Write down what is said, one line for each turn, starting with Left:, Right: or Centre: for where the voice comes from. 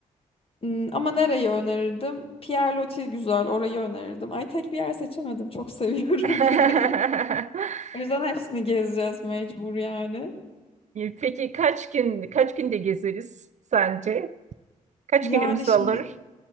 Left: Hmm, Ama nereyi önerirdim? Pierre güzel, orayı önerirdim. Ay tek bir yer seçemedim. Çok seviyorum
Right: <laughs>
Left: <laughs> burayı. O yüzden hepsini gezeceğiz mecbur yani.
Right: Peki kaç gün kaç günde gezeriz sence? Kaç
Left: Yani
Right: günümüz
Left: şimdi
Right: alır?